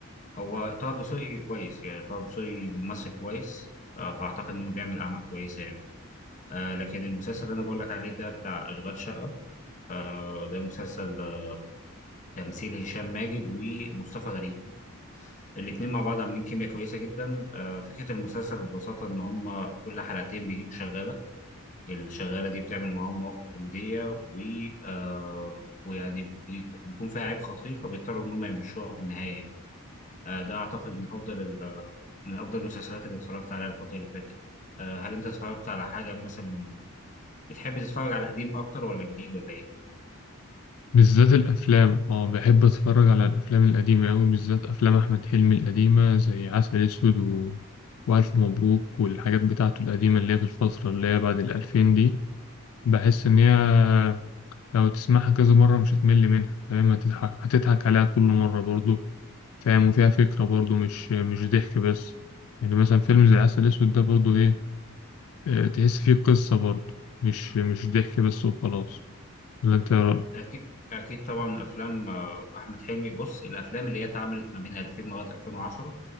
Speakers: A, on the left (about 35°); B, on the left (about 75°).
A: هو طه دسوقي كويس يعني طه دسوقي ممثل كويس آه، فاعتقد انه بيعمل اعمال كويسه يعني آه، لكن المسلسل اللي انا بقول لك عليه ده بتاع اشغال شقه آه، ده مسلسل آه، تمثيل هشام ماجد ومصطفى غريب الاتنين مع بعض عاملين كيمياء كويسه جدا آه، فكره المسلسل ببساطه ان هم كل حلقتين بيجيبوا شغاله الشغاله دي بتعمل معاهم مواقف كوميديه و آه ويعني بيت- بيكون فيها عيب خطير فبيضطروا ان هم يمشوها في النهايه يعني آه ده اعتقد من افضل ال- من افضل المسلسلات اللي اتفرجت عليها الفتره اللي فاتت آه هل انت اتفرجت على حاجه مثلا بتحب تتفرج على قديم اكتر ولا جديد ولا ايه
B: بالذات الافلام اه بحب اتفرج على الافلام القديمة قوي بالذات افلام احمد حلمي القديمة زي عسل اسود و... والف مبروك والحاجات بتاعته القديمة اللي هي في الفترة اللي هي بعد الالفين دي بحس ان هي لو تسمعها كذا مرة مش هتمل منها فاهم هتضحك هتضحك عليها كل مرة برضو فاهم وفيها فكرة برضو مش مش ضحك بس يعني مثلا فيلم زي عسل أسود ده برضو إيه آه، تحس فيه قصة برضو مش مش ضحك بس وخلاص ولا أنت إيه رأيك؟
A: اكيد اكيد طبعا افلام آه، احمد حلمي بص الافلام اللي هي اتعملت ما بين 2000 لغايه 2010